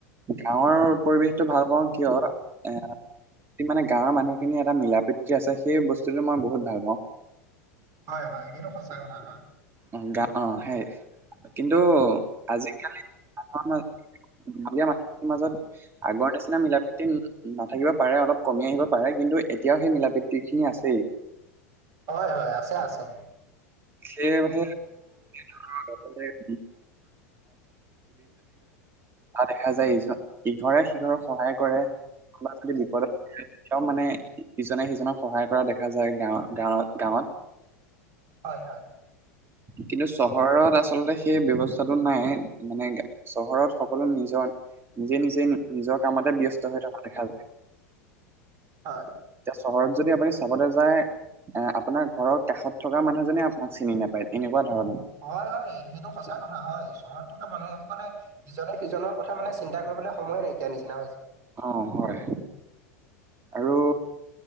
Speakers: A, on the right; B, on the right.
A: গাঁৱৰ পৰিৱেশতটো ভাল পাওঁ কিয় এ। মানে গাঁৱৰ মানুহ খিনি এটা মিলা প্ৰীতি আছে সেই বস্তুতটো মই বহুত ভাল পাওঁ।
B: হয় হয় সেইটো সঁচা কথা হয়।
A: অঁ গা অঁ সেইয় কিন্তু আজিকালিয়া ম মাজত আগৰ নিচিনা মিলা প্ৰীতি নাথাকিব পাৰে, অলপ কমি আহিব পাৰে কিন্তু এতিয়াও সেই মিলা‌ প্ৰীতি। একে খিনি আছে।
B: হয় হয় আছে আছে।
A: সেয়েহে। <unintelligible> দেখা যায় ই ইঘৰে সিঘৰক সহায় কৰে, আ যদি বিপদত। একদম মানে ইজনে সিজনক সহায় কৰা দেখা, যায় গাঁৱ গাঁৱত গাঁৱত।
B: হয় হয়।
A: কিন্তু চহৰত আচলতে সেই ব্যৱস্থাটো নাই, মানে চহৰত সকলো নিজৰ। নিজে নিজে নিজৰ কামতে ব্যস্ত হৈ থকা দেখা যায়।
B: হয়
A: চহৰত যদি আপুনি চাবলৈ যায়, এ আপোনাৰ ঘৰৰ কাষত। থকা মানুহজনে আপোনাক চিনি নাপায় এনেকুৱ ধণে।
B: হয় হয় সেইটো সঁচা কথা হয় চহৰত থকা মানুহ সকলে ইজনে সিজনৰ কথা মানে। চিন্তা কৰিবলৈ সময় নাইকিয়া নিচিনা হৈছে।
A: অঁ হয়, আৰু।